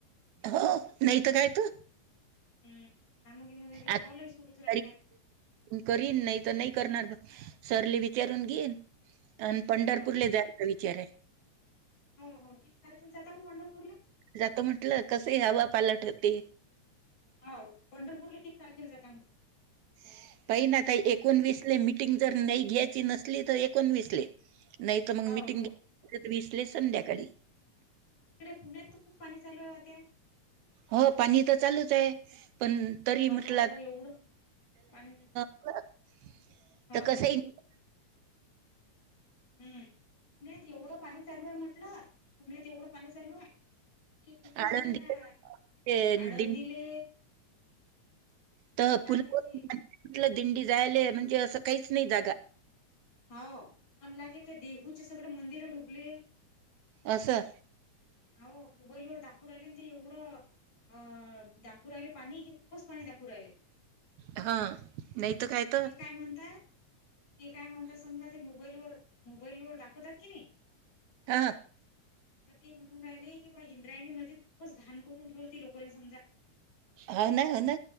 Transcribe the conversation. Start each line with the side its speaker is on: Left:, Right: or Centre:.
Right: हो नाहीत काय त?
Left: हम्म कामं गिमं झाले की
Right: आता,
Left: कॉलही सुरूच राहतात
Right: करीन नाही तर नाही करणार. सरले विचारून घेईन आणि पंढरपूर
Left: हो
Right: ले जायचा का विचार आहे.
Left: हो हो किती तारखेला जाता म पंढरपूरला.
Right: जात म्हटलं कसे हवा पालट होते.
Left: हाव पंढरपूरला किती तारखेला जात
Right: रिकामा ऑडिओ पाहिला काही का एकोणवीसले मीटिंग जर नाही घ्यायची नसली. तर एकोणवीसले. नाही. तर मग
Left: हो
Right: मिटिंग
Left: हो
Right: <unintelligible> विसले संध्याकाळी.
Left: तिकडे पुण्यात खूप पाणी चालू आहे. आत्या.
Right: हो पाणी तर चालूच आहे. पण तरी
Left: बापा
Right: म्हटलं
Left: बापा एवढं पाणी
Right: <unintelligible>
Left: हो
Right: तर कसं
Left: हो
Right: ईल?
Left: हम् पुण्यात एवढं पाणी चालू आहे म्हटलं पुण्यात एवढं पाणी चालू आहे. की खूपस
Right: आळंदी
Left: निरा आडून
Right: दिं
Left: दिले..
Right: तर
Left: मण लागे
Right: पुल म्हटलं
Left: त.
Right: दिंडी जायले म्हणजे असं काहीच नाही जागा.
Left: होा मण लागे ते देहूचे सगळे मंदिर डुबले.
Right: असं.
Left: हो मोबाईल वर दाखवून राहिले ते एवढं.. अं दाखव राहिले पाणी की खूपच पाणी दाखव राहिले.
Right: हा. नाही तर तर
Left: ते काय म्हणतात, ते काय म्हणतात समजा ते मोबाईलवर मोबाईल वर दाखवतात कीनी
Right: हा.
Left: तर ते म्हणून राहिले की बा इंद्रायणी नदीत खूपच घाण करून ठेवली त लोकांनी समजा.
Right: हो ना हो ना.